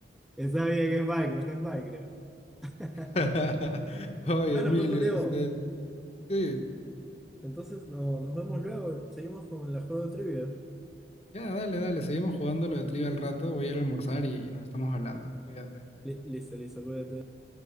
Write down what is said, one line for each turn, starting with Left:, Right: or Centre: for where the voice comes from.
Centre: Está bien que es Minecraft, es Minecraft. <laughs>
Left: <laughs> Oye,
Centre: Bueno,
Left: Emilio,
Centre: pues, Juan Diego.
Left: este, sí.
Centre: Entonces no, nos vemos luego. Seguimos con la juego de trivia.
Left: Ya, dale, dale, seguimos jugando lo de trivia al rato, voy a ir a almorzar y, y nos estamos hablando. Cuídate.
Centre: Li- listo, listo, cuídate.